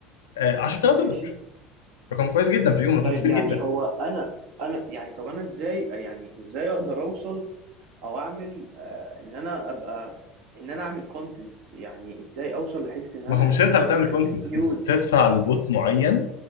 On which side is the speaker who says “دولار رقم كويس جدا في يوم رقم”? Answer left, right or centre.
Left